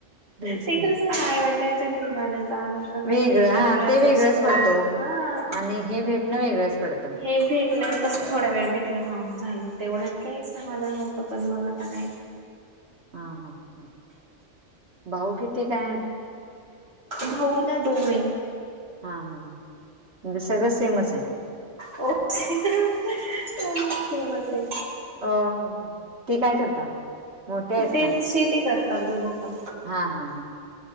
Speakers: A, on the right; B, on the right.
A: तेच
B: ते
A: ना.
B: कस? आईवडलांच्या घरी जाण्याचा आनंद मग
A: वेगळं
B: काहीतरी वेगळाच
A: हां, ते वेगळंच
B: असतो.
A: पडतं ओ.
B: हा
A: आणि हे भेटणं वेगळंच पडतं.
B: हे? तेच ना तस थोडा वेळ भेटलं हा झालं. तेवढ्यात काही समाधान होतं पण मग आता काय?
A: हा -हा -ह भाऊ किती काय आहेत?
B: भाऊ ना दोने
A: हा -हा -हा म्हणजे सगळं सेमच आहे.
B: ओ - तेे सेमच आहे.
A: अ म ते काय करतात? मोठे आहेत
B: ते शेती करतात. दोघं पण.
A: हा -हा - हा